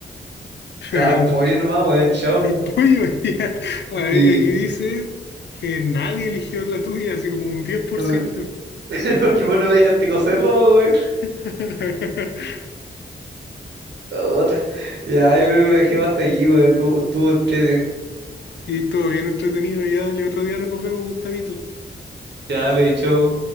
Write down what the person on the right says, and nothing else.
Ah, el
pollo nomás, weón, chao.
Sí.
<laughs>
Porque vos no me dejaste cocerlo, po, weón.
Oh, <laughs> ya, yo creo que lo dejemos hasta aquí, weón. tú tú entrete.
Ya, le chao.